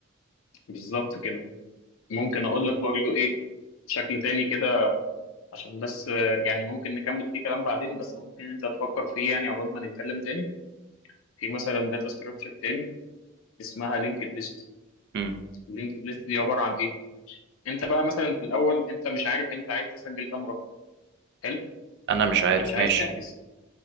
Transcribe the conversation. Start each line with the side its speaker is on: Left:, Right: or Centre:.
Left: بالظبط كده ممكن اقول لك برضه ايه بشكل تاني كده عشان بس آه، يعني ممكن نكمل فيه كلام بعدين بس ممكن انت تفكر فيه يعني عقبال ما نتكلم تاني في مثلا داتا ستراكشر تاني اسمها لينكد ليست
Right: مم.
Left: اللينكد ليست دي عباره عن ايه انت بقى مثلا في الاول انت مش عارف انت عايز تسجل كام رقم حلو
Right: انا مش
Left: فانت
Right: عارف
Left: مش عايز
Right: ماشي
Left: تحجز